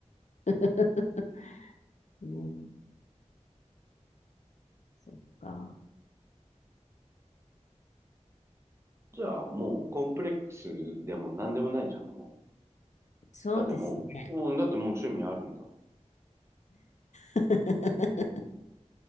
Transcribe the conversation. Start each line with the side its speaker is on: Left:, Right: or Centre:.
Left: う <laughs> ね、そっか。
Right: じゃあもうコンプレックスでも何でもないじゃん、もう。
Left: そうですね。
Right: だってもう、うん、だってもう趣味あるんだもん。
Left: <laughs>